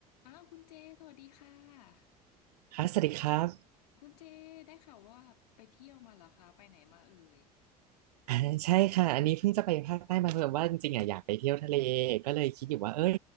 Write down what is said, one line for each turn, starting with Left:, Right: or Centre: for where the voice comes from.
Left: อ้าวคุณเจสวัสดีค่ะ
Right: ค่ะสวัสดีครับ
Left: คุณเจได้ข่าวว่าไปเที่ยวมาเหรอคะไปไหนมาเอ่ย
Right: อ่าใช่ค่ะอันนี้เพิ่งจะไปภาคใต้มาเพิ่มว่าจริงๆอ่ะอยากไปเที่ยวทะเลก็เลยคิดอยู่ว่าเอ้ย